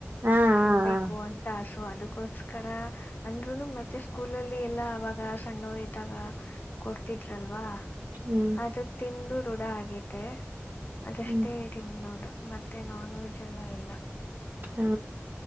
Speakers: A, on the right; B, on the left.
A: ಹಾ ಹಾ
B: ತಿನ್ಬೇಕು
A: ಹಾ
B: ಅಂತ ಆಸು ಅದಕ್ಕೋಸ್ಕರ. ಅಂದ್ರುನು ಮತ್ತೆ ಸ್ಕೂಲಲ್ಲಿ ಎಲ್ಲಾ ಅವಾಗ ಸಣ್ಣವರು ಇದ್ದಾಗ ಕೊಡ್ತಿದ್ರಲ್ವಾ.
A: ಹ್ಮ್.
B: ಅದಕ್ ತಿಂದು ರೂಢ ಆಗೈತೆ ಅದಷ್ಟೇ.
A: ಹ್ಮ್
B: ತಿನ್ನೋದು ಮತ್ತೆ ನಾನ್ ವೆಜ್ ಎಲ್ಲ ಇಲ್ಲ.
A: ಹ್ಮ.